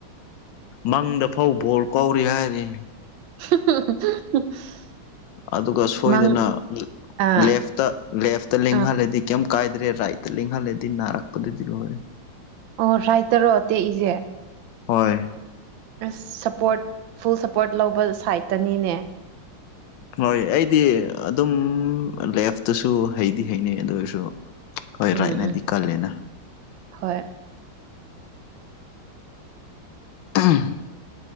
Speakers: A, on the left; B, on the right.
A: ꯃꯪꯗ ꯐꯧ ꯕꯣꯜ ꯀꯧꯔꯤ ꯍꯥꯏꯔꯦ
B: <unintelligible>
A: ꯑꯗꯨꯒ ꯁꯣꯏꯗꯅ
B: ꯃꯪ ꯑꯥ
A: ꯂꯦꯐꯇ ꯂꯦꯐꯇ ꯂꯦꯡꯍꯜꯂꯗꯤ
B: ꯑꯥ
A: ꯀꯩꯝ ꯀꯥꯏꯗ꯭ꯔꯦ ꯔꯥꯏꯠꯇ ꯂꯦꯡꯍꯜꯂꯗꯤ ꯅꯥꯔꯛꯄꯗꯨꯗꯤ ꯂꯣꯏꯔꯦ
B: ꯑꯣ ꯐꯥꯏ ꯇꯔꯛꯑꯣ ꯇꯦꯛꯏꯁꯦ
A: ꯍꯣꯏ
B: ꯑꯁ ꯁꯞꯄꯣꯔꯠ ꯐꯨꯜ ꯁꯞꯄꯣꯔꯠ ꯂꯧꯕ ꯁꯥꯏꯠꯇꯅꯤꯅꯦ
A: ꯍꯣꯏ ꯑꯩꯗꯤ ꯑꯗꯨꯝ ꯂꯦꯐꯇꯁꯨ ꯍꯩꯗꯤ ꯍꯩꯅꯩ ꯑꯗꯨ ꯑꯣꯏꯔꯁꯨ ꯍꯣꯏ
B: ꯎꯝ
A: ꯔꯥꯏꯠꯅꯗꯤ
B: ꯎꯝ
A: ꯀꯜꯂꯦꯅ
B: ꯍꯣꯏ
A: ꯎꯝ